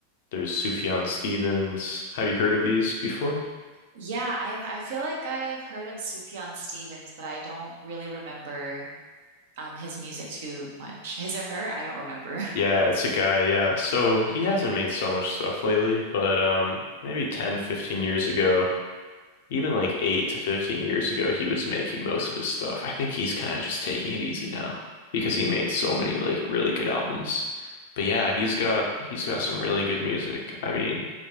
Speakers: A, on the left (about 55°); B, on the right (about 55°).
A: there's Sufjan Stevens. Have you heard of these before?
B: Yeah, I've I feel like I've heard of Sufjan Stevens, but I don't really remember um, his music too much. His or her? I don't remember.
A: Yeah,
B: <laughs>
A: it's a guy, yeah. So he
B: Okay.
A: hasn't made so much stuff lately, but um maybe 10, fifteen years ago, even like 8 to 15 years ago, he was making most of his stuff. I think he's kind of just taking it easy now because he made so many like really good albums. But yeah, he's got he's got some really good music. I mean,